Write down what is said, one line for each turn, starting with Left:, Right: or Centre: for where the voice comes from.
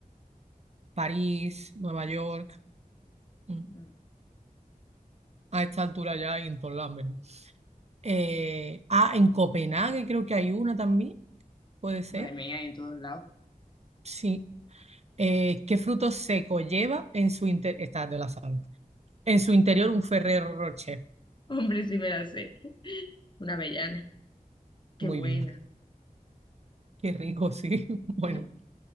Right: París, Nueva York. mm,
Left: Mm.
Right: a esta altura ya hay en todos lados, ¿verdad? Eh, ah, en Copenhague creo que hay una también, puede ser.
Left: Madre mía, y en todos lados.
Right: Sí. Eh, ¿qué fruto seco lleva en su interior? Esta de la sal. En su interior un Ferrero Rocher.
Left: <laughs> Hombre, sí me la sé. <laughs> Una avellana. Qué
Right: Muy
Left: buena.
Right: bien. Qué rico, sí. <laughs> Bueno.
Left: Sí,